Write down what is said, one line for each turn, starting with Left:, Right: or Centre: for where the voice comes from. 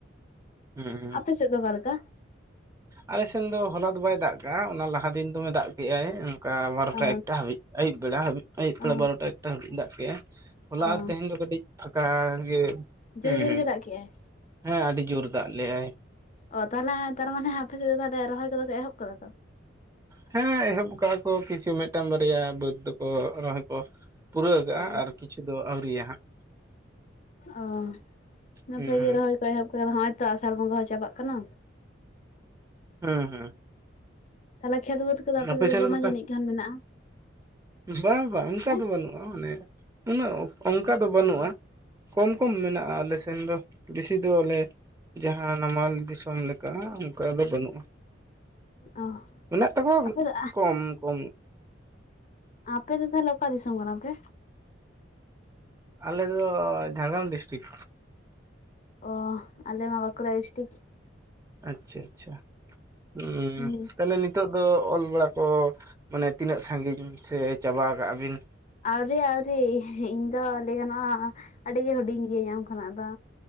Right: ᱦᱩᱸ
Left: ᱟᱯᱮ ᱥᱮᱫ ᱫᱚ ᱚᱠᱟ ᱞᱮᱠᱟ?
Right: ᱟᱞᱮᱥᱮᱱ ᱫᱚ ᱦᱚᱞᱟ ᱫᱚ ᱵᱟᱭ ᱫᱟᱜ ᱠᱟᱜᱼᱟ ᱚᱱᱟ ᱞᱟᱦᱟ ᱫᱤᱱ ᱫᱚᱢᱮ ᱫᱟᱜ ᱠᱮᱜ ᱟᱭ ᱚᱱᱠᱟ ᱵᱟᱨᱚᱴᱟ
Left: ᱚ
Right: ᱮᱠᱴᱟ ᱦᱟᱹᱵᱤᱡ ᱟᱹᱭᱩᱵ ᱵᱮᱲᱟ ᱦᱟᱹᱵᱤ ᱟᱹᱭᱩᱵ ᱵᱮᱲᱟ
Left: ᱚ
Right: ᱵᱟᱨᱚᱴᱟ ᱮᱠᱴᱟ ᱦᱟᱹᱵᱤᱡ ᱫᱟᱜ ᱠᱮᱜᱼᱟᱭ, ᱦᱚᱞᱟ
Left: ᱚ
Right: ᱟᱨ ᱛᱮᱦᱮᱧ ᱫᱚ ᱠᱟᱹᱴᱤᱡ ᱯᱷᱟᱠᱟ ᱜᱮ ᱦᱩᱸ
Left: ᱡᱚᱨ ᱡᱚᱨ
Right: ᱦᱩᱸ
Left: ᱜᱮ ᱫᱟᱜ ᱠᱮᱜ ᱟᱭ
Right: ᱦᱮᱸ ᱟᱹᱰᱤ ᱡᱩᱨ ᱫᱟᱜ ᱞᱮᱜᱟᱭ
Left: ᱚ ᱛᱟᱦᱚᱞᱮ ᱛᱟᱨᱢᱟᱱᱮ ᱟᱯᱮ ᱥᱮᱫ <unintelligible> ᱨᱚᱦᱚᱭ ᱠᱚᱫᱚ ᱯᱮ ᱮᱦᱚᱵ ᱠᱟᱫᱟ ᱛᱚ
Right: ᱦᱮᱸ ᱮᱦᱚᱵ ᱠᱟᱜᱼᱟ ᱠᱚ ᱠᱤᱪᱷᱩ ᱢᱤᱫᱴᱟᱝ ᱵᱟᱨᱭᱟ ᱵᱟᱹᱫ ᱫᱚ ᱨᱚᱦᱚᱭ ᱠᱚ ᱯᱩᱨᱟᱹᱣ ᱠᱟᱜᱼᱟ
Left: ᱚ
Right: ᱟᱨ ᱠᱤᱪᱷᱩ ᱫᱚ ᱟᱹᱣᱨᱤᱭᱟ ᱦᱟᱸᱜ
Left: ᱚ ᱱᱟᱯᱟᱭ
Right: ᱦᱩᱸ ᱦᱩᱸ
Left: ᱜᱮ ᱨᱚᱦᱚᱭ ᱠᱚ ᱮᱦᱚᱵ ᱠᱟᱫᱟ ᱱᱚᱜ ᱚᱭ ᱛᱚ ᱟᱥᱟᱲ ᱵᱚᱸᱜᱟ ᱦᱚᱸ ᱪᱟᱵᱟᱜ ᱠᱟᱱᱟ
Right: ᱦᱩᱸ ᱦᱩᱸ
Left: ᱛᱟᱦᱚᱞᱮ ᱠᱷᱮᱛ ᱵᱟᱹᱫ ᱠᱚᱫᱚ ᱟᱯᱮᱥᱮᱫ
Right: ᱟᱯᱮ
Left: ᱫᱚ
Right: ᱥᱮᱱ
Left: ᱫᱚᱢᱮ
Right: ᱛᱟ
Left: ᱡᱟᱹᱱᱤᱡ ᱠᱷᱟᱱ ᱢᱮᱱᱟᱜᱼᱟ
Right: ᱵᱟᱝ ᱵᱟᱝ ᱚᱱᱠᱟ
Left: ᱦᱮᱸ
Right: ᱫᱚ ᱵᱟᱹᱱᱩᱜᱼᱟ ᱢᱟᱱᱮ ᱩᱱᱟᱹᱜ ᱚᱱᱠᱟ ᱫᱚ ᱵᱟᱹᱱᱩᱜᱼᱟ ᱠᱚᱢ ᱠᱚᱢ ᱢᱮᱱᱟᱜᱼᱟ ᱟᱞᱮ ᱥᱮᱱ ᱫᱚ ᱵᱤᱥᱤ ᱫᱚ ᱞᱮ ᱡᱟᱦᱟᱸ ᱱᱟᱢᱟᱞ ᱫᱤᱥᱚᱢ ᱞᱮᱠᱟ ᱚᱱᱠᱟ ᱫᱚ ᱵᱟᱹᱱᱩᱜᱼᱟ
Left: ᱚ
Right: ᱢᱮᱱᱟᱜ ᱛᱟᱠᱚᱣᱟ
Left: ᱟᱯᱮ ᱫᱚ
Right: ᱠᱚᱢ ᱠᱚᱢ
Left: ᱟᱯᱮ ᱫᱚ ᱛᱟᱦᱮᱞᱮ ᱚᱠᱟ ᱫᱤᱥᱚᱢ ᱠᱟᱱᱟ ᱯᱮ
Right: ᱟᱞᱮ ᱫᱚ ᱡᱷᱟᱲᱜᱨᱟᱢ ᱰᱤᱥᱴᱤᱠ
Left: ᱚ ᱟᱞᱮ ᱢᱟ ᱵᱟᱠᱚᱲᱟ ᱰᱤᱥᱴᱤᱠ
Right: ᱟᱪ ᱪᱷᱟ ᱟᱪ ᱪᱷᱟ <unintelligible>
Left: ᱦᱩᱸ
Right: ᱛᱟᱦᱮᱞᱮ ᱱᱤᱛᱚᱜ ᱫᱚ ᱚᱞ ᱵᱟᱲᱟ ᱠᱚ ᱢᱟᱱᱮ ᱛᱤᱱᱟᱹᱜ ᱥᱟᱺᱜᱤᱧ ᱥᱮ ᱪᱟᱵᱟ ᱠᱟᱜᱼᱟ ᱵᱤᱱ
Left: ᱟᱹᱣᱨᱤ ᱟᱹᱣᱨᱤ ᱤᱧ ᱫᱚ ᱞᱟᱹᱭ ᱜᱟᱱᱚᱜᱼᱟ ᱟᱹᱰᱤ ᱜᱮ ᱦᱩᱰᱤᱧ ᱜᱤᱭᱟᱹᱧ ᱟᱢ ᱠᱷᱚᱱᱟᱜ ᱫᱚ